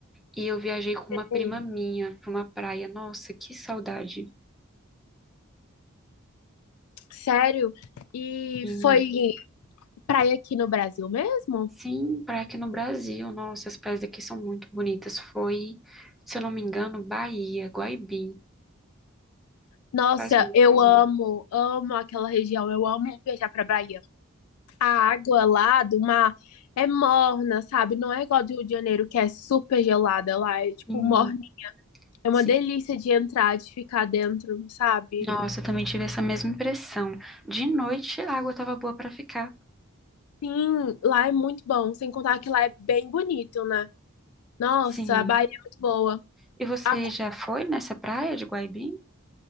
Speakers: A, in the centre; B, on the left.
A: E eu viajei com uma prima
B: Hum,
A: minha pra uma praia. Nossa, que saudade.
B: Sério? E
A: Sim,
B: foi praia aqui no Brasil mesmo?
A: sim, praia aqui no Brasil. Nossa, as praias daqui são muito bonitas. Foi, se eu não me engano, Bahia, Guaibim.
B: Nossa,
A: Faz muitos
B: eu amo,
A: anos.
B: amo aquela região, eu amo viajar pra Bahia. A água lá do mar é morna, sabe? Não é igual do Rio de Janeiro, que é super gelada lá, é tipo
A: Sim.
B: morna. É uma
A: Sim.
B: delícia de entrar, de ficar dentro, sabe?
A: Nossa, eu também tive essa mesma impressão. De noite a água estava boa para ficar.
B: Sim, lá é muito bom, sem contar que lá é bem bonito, né? Nossa,
A: Sim.
B: a Bahia é muito boa.
A: E você
B: A
A: já foi nessa praia de Guaibim?